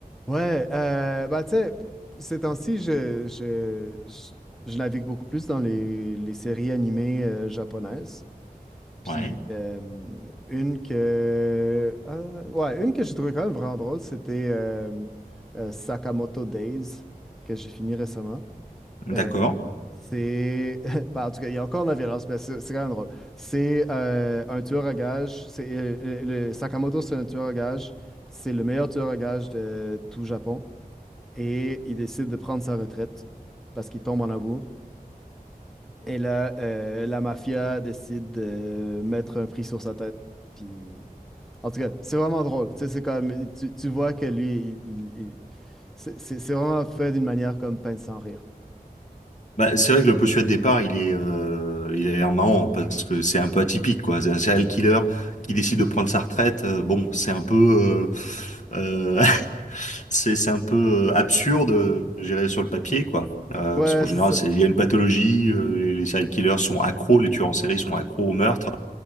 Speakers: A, in the centre; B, on the left.
A: ouais, euh, bah tu sais, ces temps-ci, je, je, je, je navigue beaucoup plus dans les, les séries animées euh, japonaises. Puis
B: Ouais.
A: euh, une que... ah, ouais, une que j'ai trouvée quand même vraiment drôle, c'était euh, euh, Sakamoto Days, que j'ai fini récemment.
B: D'accord.
A: Euh, c'est. <laughs> bah, en tout cas, il y a encore de la violence, mais c'est c'est quand même drôle. C'est euh, un tueur à gages. C'est, euh, le, le- Sakamoto, c'est un tueur à gages. C'est le meilleur tueur à gages de tout Japon. Et il décide de prendre sa retraite parce qu'il tombe en amour. Et là, euh, la mafia décide de mettre un prix sur sa tête. Puis. En tout cas, c'est vraiment drôle. Tu sais, c'est comme. Tu, tu vois que lui, il- il- il- c'est c'est- c'est vraiment fait d'une manière comme peine sans rire.
B: Bah, c'est vrai que le postulat de départ, il est, euh, il a l'air marrant parce que c'est un peu atypique, quoi. C'est un serial killer qui décide de prendre sa retraite. euh, bon, c'est un peu, euh, euh, <laughs> c'est c'est un peu euh, absurde, euh, je dirais, sur le papier, quoi. Euh,
A: Ouais,
B: parce qu'en général,
A: c'est ça.
B: c'est- il y a une pathologie. euh, les les serial killers sont accros, les tueurs en série sont accros au meurtre.